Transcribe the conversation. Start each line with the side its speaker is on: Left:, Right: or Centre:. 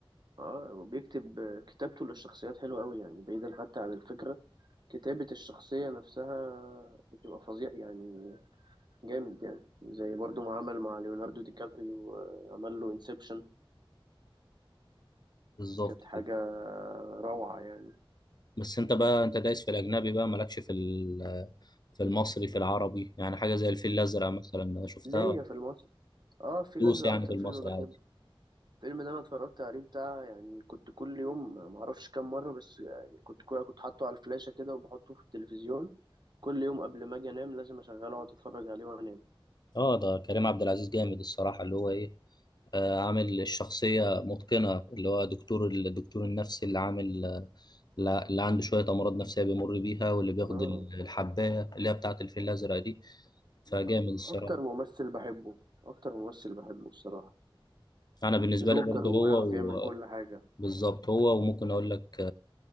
Right: اه وبيكتب كتابته للشخصيات حلوة قوي يعني بعيدا حتى عن الفكرة كتابة الشخصية نفسها بتبقى فظيع يعني جامد يعني زي برضو ما عمل مع ليوناردو دي كابريو آه، عمل له انسبشن
Left: بالظبط
Right: كانت حاجة
Left: كده
Right: روعة يعني
Left: بس انت بقى انت دايس في الاجنبي بقى مالكش في ال- في المصري في العربي يعني حاجه زي الفيل الازرق مثلا شفتها
Right: ليا في المصري اه الفيل
Left: دوس
Right: الازرق
Left: يعني
Right: اكتر
Left: في المصري
Right: فيلم بحبه
Left: عادي
Right: الفيلم ده انا اتفرجت عليه بتاع يعني كنت كل يوم ما اعرفش كام مره بس يعني كنت كنت حاطه على الفلاشه كده وبحطه في التلفزيون كل يوم قبل ما اجي انام لازم اشغله واقعد اتفرج عليه وانام
Left: اه ده كريم عبد العزيز جامد الصراحه اللي هو ايه آه عامل الشخصيه متقنه اللي هو دكتور الدكتور النفسي اللي عامل لا- اللي عنده شويه امراض نفسيه بيمر بيها واللي بياخد
Right: اه آه.
Left: ال- الحبايه اللي هي بتاعه الفيل الازرق دي فجامد
Right: اكتر
Left: الصراحه
Right: ممثل بحبه اكتر ممثل بحبه الصراحه
Left: انا بالنسبه
Right: جوكر
Left: لي برضه
Right: وبيعرف
Left: هو و-
Right: يعمل كل حاجه
Left: بالظبط هو وممكن اقول لك